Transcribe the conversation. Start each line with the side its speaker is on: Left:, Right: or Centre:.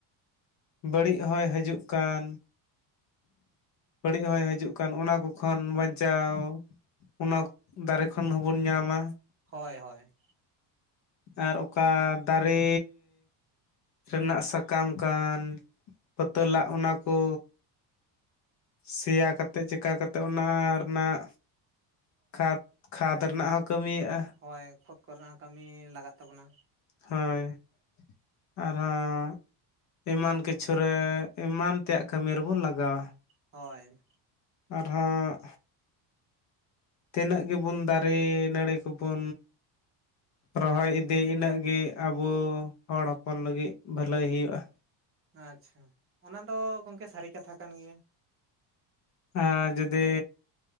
Left: ᱵᱟᱹᱲᱤᱡ ᱦᱚᱭ ᱦᱤᱡᱩᱜ ᱠᱟᱱ᱾ ᱵᱟᱹᱲᱤᱡ ᱦᱚᱭ ᱦᱤᱡᱩᱜ ᱠᱟᱱ ᱚᱱᱟ ᱠᱚ ᱠᱷᱚᱱ ᱵᱟᱧᱪᱟᱣ᱾ ᱚᱱᱟ ᱫᱟᱨᱮ ᱠᱷᱚᱱ ᱦᱚᱸᱵᱚᱱ ᱧᱟᱢᱟ᱾
Right: ᱦᱳᱭ ᱦᱳᱭ᱾
Left: ᱟᱨ ᱚᱠᱟ ᱫᱟᱨᱮ᱾ ᱨᱮᱱᱟᱜ ᱥᱟᱠᱟᱢ ᱠᱟᱱ᱾ᱛᱚ ᱛᱚᱞᱟᱜ ᱚᱱᱟ ᱠᱚ᱾ ᱥᱮᱭᱟ ᱠᱟᱛᱮᱫ ᱪᱤᱠᱟᱹᱛᱮᱫ ᱚᱱᱟ ᱨᱮᱱᱟᱜ ᱠᱷᱟᱫᱽ᱾ ᱠᱷᱟᱫᱽ ᱨᱮᱱᱟᱜ ᱦᱚᱸ ᱠᱟᱹᱢᱤᱭᱟᱹᱜᱼᱟ᱾
Right: ᱦᱳᱭ ᱠᱷᱚᱛ ᱠᱚᱨᱮᱱᱟᱜ ᱦᱚᱸ ᱠᱟᱹᱢᱤ ᱞᱟᱜᱟᱜ ᱛᱟᱵᱚᱱᱟ᱾
Left: ᱦᱳᱭ᱾ ᱟᱨᱦᱚᱸ ᱮᱢᱟᱱ ᱠᱤᱪᱷᱩᱨᱮ, ᱮᱢᱟᱱ ᱛᱮᱭᱟᱜ ᱠᱟᱹᱢᱤ ᱨᱮᱵᱚᱱ ᱞᱟᱜᱟᱣᱟ᱾
Right: ᱦᱳᱭ᱾
Left: ᱟᱨ ᱦᱚᱸ᱾ ᱛᱤᱱᱟᱹᱜ ᱜᱮᱵᱚᱱ ᱫᱟᱨᱮ ᱱᱟᱹᱲᱤ ᱠᱚᱵᱚᱱ᱾ ᱨᱚᱦᱚᱭ ᱤᱫᱤ ᱤᱱᱟᱹᱜ ᱜᱮ ᱟᱵᱚ, ᱦᱚᱲ ᱦᱚᱯᱚᱱ ᱞᱟᱹᱜᱤᱫ ᱵᱷᱟᱹᱞᱟᱹᱭ ᱦᱩᱭᱩᱜᱼᱟ᱾
Right: ᱟᱪᱪᱷᱟ, ᱚᱱᱟ ᱫᱚ ᱜᱚᱢᱠᱮ ᱥᱟᱹᱨᱤ ᱠᱟᱛᱷᱟ ᱠᱟᱱ ᱜᱮᱭᱟ᱾
Left: ᱟᱨ ᱡᱩᱫᱤ᱾